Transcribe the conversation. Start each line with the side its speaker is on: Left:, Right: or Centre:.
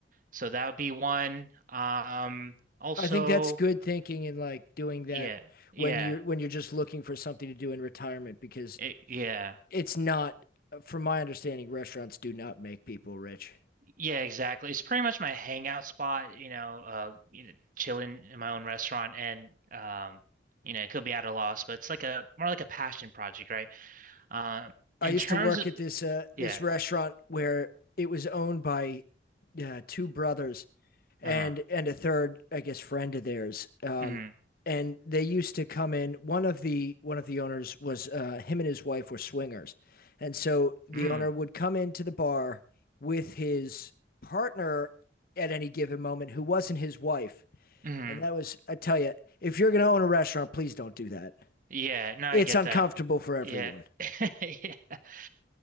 Right: so that would be one. Um, also.
Left: I think that's good thinking and like doing that
Right: Yeah, yeah,
Left: when you're when you're just looking for something to do in retirement because
Right: it, yeah,
Left: it's not from my understanding restaurants do not make people rich.
Right: yeah, exactly. It's pretty much my hangout spot, you know, uh, you know, chilling in my own restaurant, and um, you know, it could be at a loss, but it's like a more like a passion project, right? Um, in
Left: I used
Right: terms
Left: to work
Right: of,
Left: at this uh,
Right: yeah,
Left: this restaurant where it was owned by uh, two brothers and
Right: uh-huh,
Left: and a third, I guess, friend of theirs. Um,
Right: mm,
Left: and they used to come in. One of the one of the owners was uh, him and his wife were swingers, and so the
Right: mm,
Left: owner would come into the bar with his partner at any given moment, who wasn't his wife.
Right: mm,
Left: And that was, I tell you, if you're going to own a restaurant, please don't do that.
Right: yeah, no,
Left: It's
Right: I get
Left: uncomfortable
Right: that,
Left: for everyone.
Right: yeah. <laughs> Yeah. <laughs>